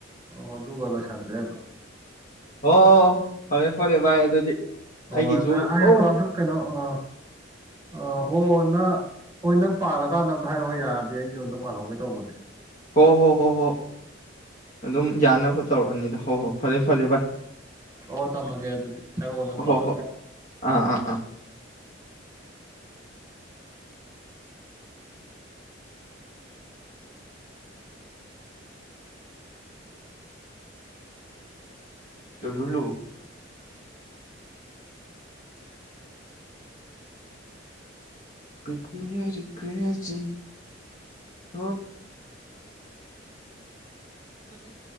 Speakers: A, on the right (about 15°); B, on the left (about 40°).
A: ꯑꯣ ꯑꯗꯨꯒ ꯂꯣꯏꯁꯤꯟꯈ꯭ꯔꯦ ꯑꯗꯨꯝ
B: ꯑꯣ ꯐꯔꯦ ꯐꯔꯦ ꯚ ꯑꯗꯨꯗꯤ
A: ꯍ
B: ꯑꯩꯒꯤꯁꯨ
A: ꯅ
B: ꯑꯣ
A: ꯑꯀꯣ ꯑꯗꯨ ꯀꯩꯅꯣ ꯑ ꯑ ꯍꯣ ꯅꯪ ꯍꯣꯏ ꯅꯪ ꯄꯥꯜꯂꯀꯥꯟꯗ ꯑꯝꯇ ꯍꯥꯏꯔꯛꯑꯣꯣꯏ ꯌꯥꯔꯗꯤ ꯑꯩꯁꯨꯦ ꯑꯝꯇ ꯄꯥꯜꯍꯧꯒꯦ ꯇꯧꯕꯅꯦ
B: ꯍꯣ ꯍꯣ ꯍꯣ ꯍꯣ ꯑꯗꯨꯝ ꯌꯥꯅꯕ ꯇꯧꯔꯛꯑꯅꯤꯗ ꯍꯣꯏ ꯍꯣꯏ ꯐꯔꯦ ꯐꯔꯦ ꯚꯏ
A: ꯑꯣ ꯊꯝꯃꯒꯦ ꯑꯗꯨꯗꯤ ꯍꯥꯏꯔꯛꯑꯣ ꯅꯪ
B: ꯍꯣ
A: ꯄꯥꯜꯂꯀꯥꯟꯗ
B: ꯍꯣꯏ ꯑꯥ ꯑꯥ ꯑꯥ ꯇ ꯂꯨꯂꯨ ꯀꯗꯤ ꯍꯔ ꯀꯖꯤ ꯍ ꯎꯝ